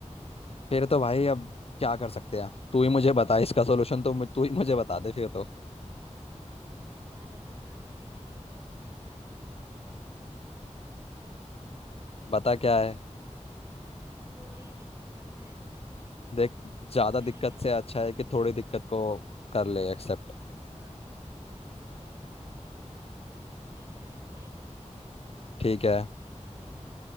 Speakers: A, on the left; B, on the right.
A: फिर तो भाई अब क्या कर सकते हैं तू ही मुझे बता इसका सोल्यूशन तो मु- तू ही मुझे बता दे फिर तो
B: यार वैसे मैं ना मैंने एक सोल्यूशन ऐसे मेरे दिमाग में चल तो रहा था बट
A: बता क्या
B: उसमें
A: है
B: भी थोड़ी दिक्कत है
A: देख ज़्यादा
B: मैं
A: दिक्कत
B: क्या
A: से
B: सोच
A: अच्छा
B: रही
A: है
B: थी
A: कि थोड़ी दिक्कत को कर ले एक्सेप्ट
B: हाँ तो दे- मैंने क्या सोचा था कि मैं ज्वाइन कर लेती हूँ
A: ठीक है
B: और